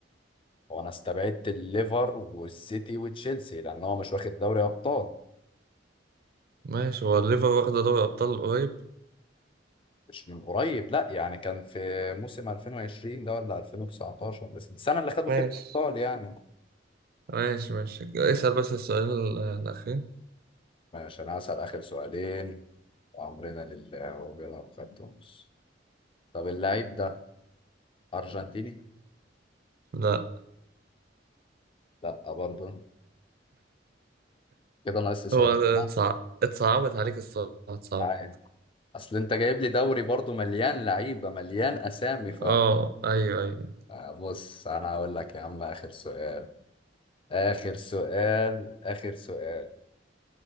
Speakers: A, on the left; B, on the right.
A: هو انا استبعدت الليفر والسيتي وتشيلسي لان هو مش واخد دوري ابطال
B: ماشي هو الليفر واخدة دوري أبطال قريب
A: مش من قريب لا يعني كان في موسم 2020 ده ولا 2019 بس السنة اللي خدوا
B: ماشي
A: فيها الأبطال يعني
B: ماشي ماشي اسأل بس السؤالين ال- الأخير
A: ماشي أنا هسأل آخر سؤالين وأمرنا لله هو بيلعب خط نص طب اللعيب ده أرجنتيني؟
B: لا
A: لا برضه كده ناقص لي سؤال
B: هو
A: لا
B: اتصع- اتصعبت عليك الصراحة اتصعبت
A: عادي أصل أنت جايب لي دوري برضه مليان لعيبة مليان أسامي ف
B: اه أيوه أيوه
A: آه، بص أنا هقول لك يا عم آخر سؤال آخر سؤال آخر سؤال